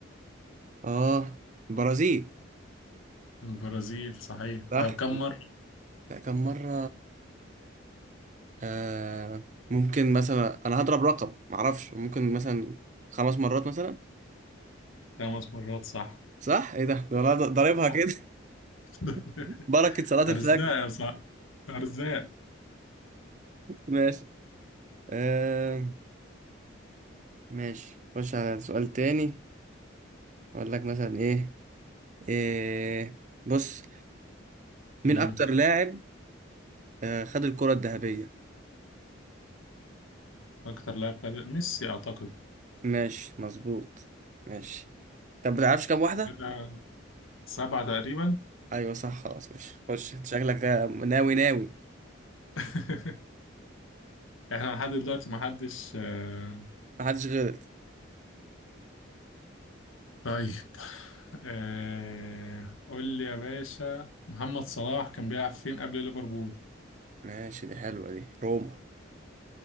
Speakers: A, on the right; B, on the left.
A: اه برازيل
B: البرازيل صحيح
A: صح
B: طيب كم مرة؟
A: لا، كم مرة آه ممكن مثلا انا هضرب رقم معرفش ممكن مثلا خمس مرات مثلا
B: خمس مرات صح
A: صح ايه ده ده والله ض- ضاربها
B: صح
A: كده
B: <laughs>
A: <laughs> بركة صلاة
B: أرزاق
A: الفجر
B: يا صح أرزاق
A: ماشي آه ماشي خش على سؤال تاني اقول لك مثلا ايه, إيه بص مين
B: مم.
A: اكتر لاعب آه خد الكرة الذهبية
B: أكتر لاعب خد ميسي أعتقد
A: ماشي مظبوط ماشي طب بتعرفش كام واحدة
B: كده سبعة تقريبا
A: ايوه صح خلاص ماشي خش انت شكلك ده ناوي ناوي
B: <laughs> إحنا لحد دلوقتي محدش آه،
A: محدش غلط
B: طيب آه، قول لي يا باشا محمد صلاح كان بيلعب فين قبل ليفربول؟
A: ماشي دي حلوه دي روما